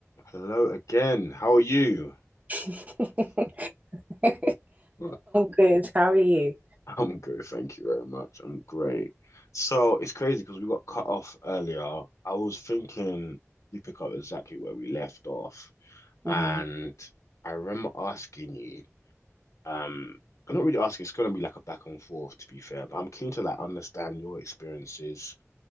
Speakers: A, on the left (about 80°); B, on the right (about 30°).
A: Hello again. How are you?
B: <laughs> I'm
A: Right.
B: good. How are you?
A: <laughs> I'm good, thank you very much. I'm great. So it's crazy because we got cut off earlier. I was thinking we pick up exactly where we left off,
B: hmm
A: and I remember asking you. Um, I'm not really asking. It's gonna be like a back and forth, to be fair. But I'm keen to like understand your experiences